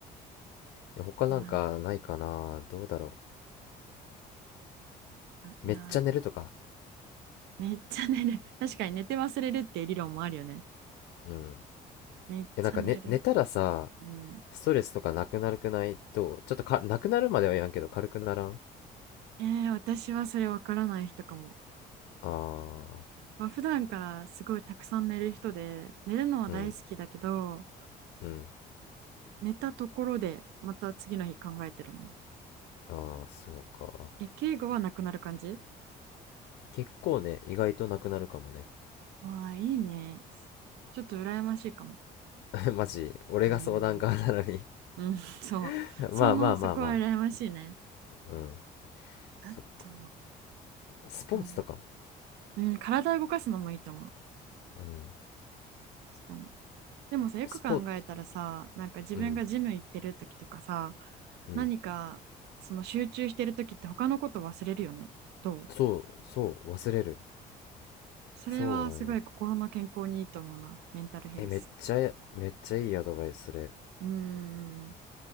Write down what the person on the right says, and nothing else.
いや
ー、いやー、めっちゃ寝る。<laughs> 確かに寝て忘れるっていう理論もあるよね。
めっちゃ寝る。
うん。
えー、私はそれわからない人かも。
まあ、普段からすごいたくさん寝る人で、寝るのは大好きだけど、
寝たところでまた次の日考えてるもん。
え、敬語はなくなる感じ
ああ、いいね。ちょっと羨ましいかも。
うーん。うん、<laughs> そう。
その、
そこは羨ましいね。
あと、
なんだ。うん、体を動かすのもいいと思う。
確かに。でもさ、よく考えたらさ、
なんか自分がジム行ってる時とかさ、
何か、その集中してる時って他のこと忘れるよね。どう
それはすごい心の健康にいいと思うな。
メンタルヘルス。
うーん。